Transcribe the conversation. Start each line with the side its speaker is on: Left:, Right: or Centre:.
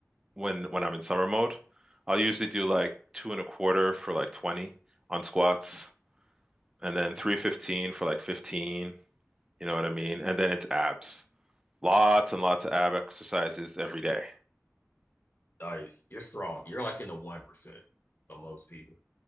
Right: when when I'm in summer mode. I'll usually do like two and a quarter for like 20 on squats, and then 315 for like 15. You know what I mean? And then it's abs. Lots and lots of ab exercises every day.
Left: Nice. You're strong. You're like in the one percent for most people.